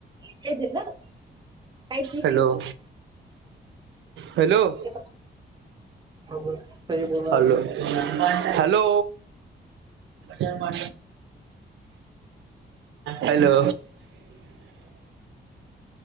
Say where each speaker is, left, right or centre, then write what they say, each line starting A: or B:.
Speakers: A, on the right (about 25°); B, on the right (about 85°).
A: <unintelligible> काय ते...
B: हॅलो हॅलो
A: <inaudible> <inaudible>
B: हॅलो!
A: आपण
B: हॅलो! <inaudible> हॅलो